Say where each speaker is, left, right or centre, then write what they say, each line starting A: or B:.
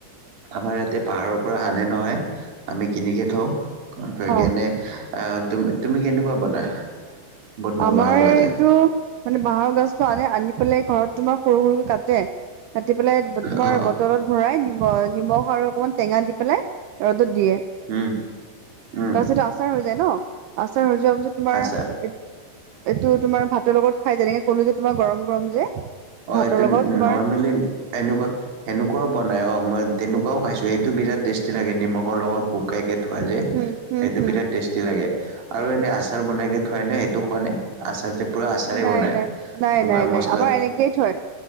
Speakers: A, on the right (about 50°); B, on the right (about 80°).
A: আমাৰ ইয়াতে পাহাৰৰ পৰা আনে নহয়। আমি কিনিকে থওঁ, থৈ
B: অ
A: কেনে আ তুমি কেনেকুৱা বনা বনোৱা
B: আমাৰ
A: বাঁহৰ গাজা
B: টো মানে বাঁহৰ গছটো আনে আনি পেলাই ঘৰত তোমাৰ সৰু সৰু কাটে। কাটি পেলাই তোমাৰ
A: অ
B: বটলত ভৰাই, নিমখ আৰু অকণমান টেঙা দি পেলাই ৰ'দত দিয়ে।
A: উম উম
B: তাৰপিছতটো আচাৰ হৈ যায় ন, আচাৰ হৈ যোৱাৰ পিছত তোমাৰ
A: আচ্ছা
B: এইটো তোমাৰ ভাতৰ লগত খাই যেনেকে কলো যে তোমাৰ গৰম গৰম যে।
A: অ
B: ভাতৰ
A: এইটো
B: লগত তোমাৰ
A: নৰমেলি, এনেকুৱা সেনেকুৱাও বনাই অ মই তেনেকুৱও খাইছো সেইটো বিৰাট টেষ্ট। টেষ্টি থাকে নিমখৰ লগত
B: উম
A: শোকাই কেনে থোৱা যে
B: উম উম
A: সেইটো বিৰাট
B: উম
A: টেষ্টি লাগে আৰু এনেই
B: উম
A: আচাৰ বনাই কেনে থাই নে সেইটো খোৱা নাই আচাৰ যে পোৰা আচাৰে
B: নাই
A: বনাই
B: নাই নাই
A: তোমাৰ
B: নাই
A: মছ
B: নাই আমাৰ এনেকেই থয়